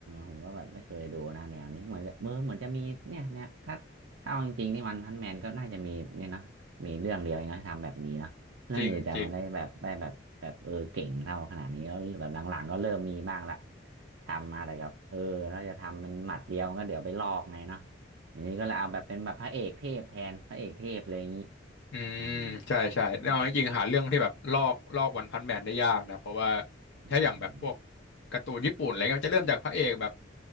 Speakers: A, on the right; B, on the left.
A: ผมก็แบบไม่เคยดูนะแนวนี้เหมือนจะเมือเหมือนจะมีเนี่ยเนี่ยถ้าถ้าเอาจริงๆนี่วันพันแมนก็น่าจะมีเนี่ยเนอะมีเรื่องเดียวเองเนอะที่ทำแบบนี้เนอะเรื่องอื่นจะไมาได้แบบได้แบบแบบเออเก่งเท่าขนาดนี้แล้วแบบหลังๆก็เริ่มมีบ้างละ
B: จริงจริง
A: ทำมาแต่กับเออเราจะทำมันหมัดเดียวก็เดี๋ยวไปลอกไงเนาะอย่างนี้ก็เลยเอาแบบเป็นแบบพระเอกเทพแทนพระเอกเทพเลยอย่างนี้
B: อืมใช่ใช่เอาจริงๆหาเรื่องที่แบบลอกลอกวันพันแมนได้ยากนะเพราะว่า
A: อืมอืมอืมอื
B: ถ้าอย่างแบบพวก
A: ม
B: การ์ตูนญี่ปุ่นอะไรเงี้ยมันจะเริ่มจากพระเอกแบบ